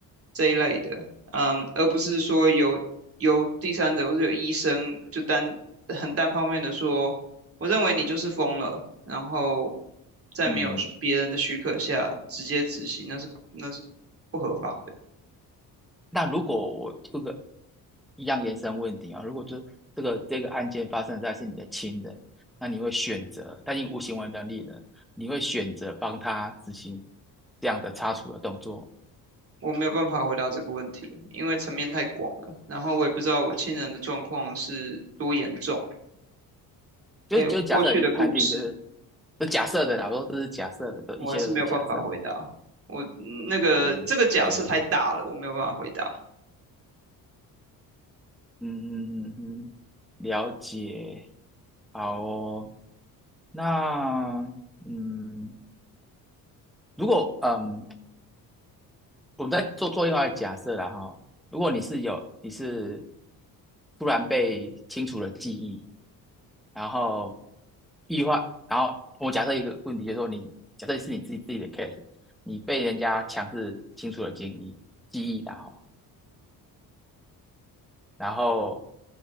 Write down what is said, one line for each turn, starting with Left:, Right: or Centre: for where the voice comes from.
Right: 这一类的，嗯，而不是说由由第三者或者有医生就单很单方面的说，我认为你就是疯了，然后在没有别人的许可下直接执行，
Centre: 嗯，
Right: 那是那是不合法的。
Centre: 那如果我这个一样延伸问题啊，如果就这个这个案件发生在是你的亲人，那你会选择，但你无行为能力了，你会选择帮他执行这样的擦除的动作吗
Right: 我没有办法回答这个问题，因为层面太广了，然后我也不知道我亲人的状况是多严重，
Centre: 就就假设已经判定，
Right: 还有过去的故事。
Centre: 就是就假设的啦，都是假设的，都一切都是假设的。
Right: 我还是没有办法回答。我嗯那个这个假设太大了，
Centre: OK，
Right: 我没有办法回答。
Centre: 嗯嗯嗯嗯，了解，好哦。那嗯，如果嗯，我们再做做另外一个假设啦哈，如果你是有你是突然被清除了记忆，然后意外。然后我假设一个问题，就是说你假设是你自己自己的 case，你被人家强制清除了记忆记忆啦然后，